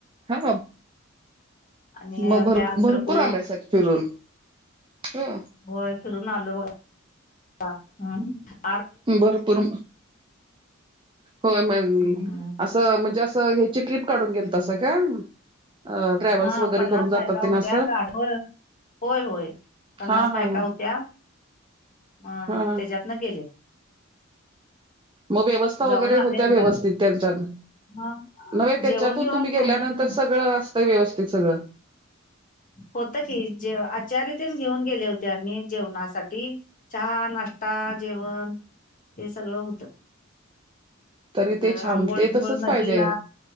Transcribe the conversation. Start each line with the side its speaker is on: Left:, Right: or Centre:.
Right: हा
Left: आणि
Right: म भर
Left: प्रयागत्रकूट
Right: भरपूर आलायसा की फिरून ह
Left: होय फिरून आलो बघा हा
Right: भरपूर होय मग
Left: हम्म
Right: अस त म्हणजे अस ह्याची ट्रिप काढून गेलतासा काय अ ट्रॅव्हल्स
Left: हा
Right: वगैरे
Left: पन्नास
Right: करून जातात
Left: बायका होत्या
Right: तेन असं
Left: गाडीवर होय, होय पन्नास
Right: हा
Left: बायका
Right: हा हा
Left: होत्या अ
Right: हा हा
Left: त्याज्यात न गेले
Right: मग व्यवस्था
Left: जाऊन
Right: वगैरे
Left: आले
Right: होत्या
Left: एकदा
Right: व्यवस्थित त्यांच्या नव्हे
Left: ह
Right: त्याच्यातून
Left: जेवण बिवण
Right: तुम्ही गेल्या
Left: खाणं
Right: नंतर
Left: ते
Right: सगळं असतंय व्यवस्थित सगळं
Left: होत की जे आचारी तेन घेऊन गेले होते आम्ही जेवणासाठी चहा नाश ष्टा जेवण ते सगळं होतं
Right: तरी
Left: मग
Right: ते
Left: आंघोळ,
Right: छान ते
Left: बिंगोळ
Right: तसच
Left: नदीला
Right: पाहिजे